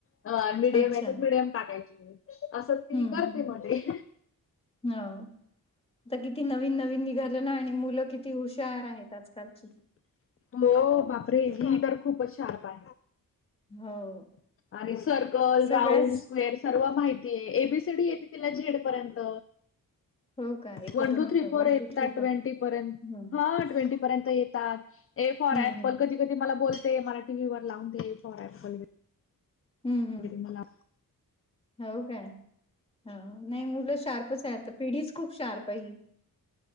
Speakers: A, on the left; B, on the left.
A: अ मिडियम
B: अच्छा
A: याच्यात मिडियम टाकायचे. अस ती
B: हम्म
A: करते
B: हम्म
A: मध्ये
B: हो आता किती नवीन नवीन निघाल ना आणि मुल किती हुशार आहेत आजकालची
A: हो बापरे ही तर खूपच शार्प आहे.
B: हो.
A: आणि सर्कल,
B: सगळ्याच
A: राऊंड, स्क्वेअर सर्व माहितीये एबीसीडी येते तिला झेड पर्यंत.
B: हो का एक
A: वन
B: दोन
A: two three four
B: one
A: येतात
B: two three
A: ट्वेंटी
B: फोर
A: पर्यंत.
B: हम्म
A: हा ट्वेंटी येतात फॉर
B: हम्म
A: अप्पल
B: हम्म
A: कधी कधी मला बोलते मला वीवर लावून दे फॉरल
B: हम्म हम्म
A: कधी मला
B: हो काय नाही मुल शार्पच आहे आता, पिढीच खूप शार्प आहे.